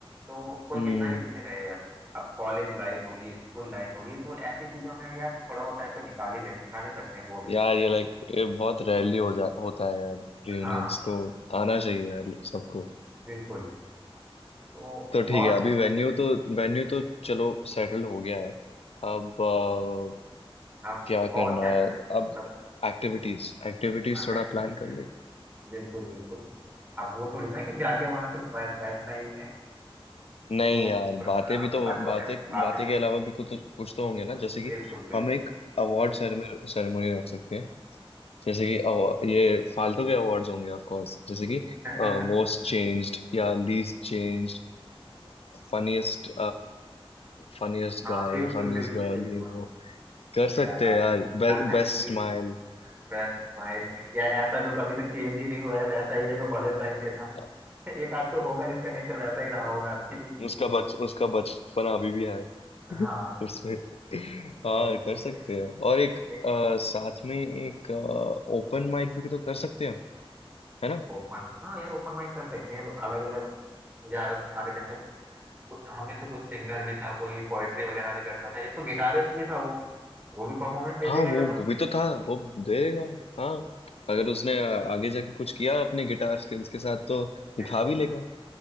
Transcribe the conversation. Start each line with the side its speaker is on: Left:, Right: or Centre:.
Right: तो कोई
Left: हम्म
Right: कितना ही बिजी रहे यार अब कॉलेज लाइफ होगी स्कूल लाइफ होगी तो ऐसी चीजों में यार थोड़ा बहुत टाइम तो निकाल ही ले निकाल ही सकते हैं वो भी
Left: यार ये लाइक ये बहुत रेयरली हो जा होता है यार रियूनियंस
Right: हाँ
Left: तो आना चाहिए यार सबको
Right: बिल्कुल तो
Left: तो ठीक
Right: और
Left: है अभी वेन्यू तो वेन्यू तो चलो सेटल हो गया है अब अ,
Right: आप
Left: क्या
Right: और
Left: करना
Right: क्या करें
Left: है अब
Right: मतलब
Left: एक्टिविटीज एक्टिविटीज थोड़ा
Right: एक्टिविटी
Left: प्लान कर ले
Right: बिल्कुल बिल्कुल अब वो थोड़ी ना कि जाके वहां सिर्फ बै, बैठना ही है
Left: नहीं
Right: तो
Left: यार बातें
Right: हाँ
Left: भी तो
Right: फन
Left: बातें
Right: वगैरह बातें
Left: बातें के अलावा भी कुछ तो कुछ तो होंगे ना जैसे कि
Right: बिल्कुल बिल्कुल
Left: हम एक अवार्ड सेरेमनी सेरेमनी रख सकते हैं जैसे कि अवा- ये फालतू के अवार्ड्स होंगे ऑफ कोर्स जैसे कि
Right: <laughs>
Left: मोस्ट चेंज्ड या least changed Funniest funniest
Right: हाँ
Left: guy
Right: बिल्कुल
Left: funniest
Right: बिल्कुल
Left: girl
Right: बिल्कुल
Left: ये वो कर
Right: यार
Left: सकते हैं यार
Right: कर सकते
Left: Best
Right: हैं,
Left: smile
Right: बस स्माइल या ऐसा जो कभी तक चेंज ही नहीं हुआ है वैसा ही है जो कॉलेज टाइम पे
Left: <laughs>
Right: था <laughs> एक आध तो होगा जिसका नेचर वैसा ही रहा होगा अभी भी
Left: उसका बच उसका बचपना अभी भी है <laughs>
Right: हाँ
Left: उसमें
Right: तो
Left: हाँ कर
Right: ठीक
Left: सकते
Right: है
Left: हैं और एक
Right: एक
Left: अ, साथ में एक ओपन माइक भी तो कर सकते हैं है ना
Right: ओपन हाँ यार ओपन माइक कर सकते हैं अलग अलग या आगे जैसे कोई- हम में से कुछ सिंगर भी था कोई पोएट्री वगैरह भी करता था एक तो गिटारिस्ट भी था वो वो भी परफॉर्मेंस दे
Left: हाँ
Right: देगा
Left: वो
Right: यार वहाँ
Left: वो भी
Right: पे
Left: तो था वो देगा हाँ अगर उसने
Right: हाँ,
Left: आगे जाके कुछ किया अपने गिटार स्किल्स के साथ तो दिखा
Right: बिल्कुल
Left: भी
Right: बिल्कुल
Left: लेगा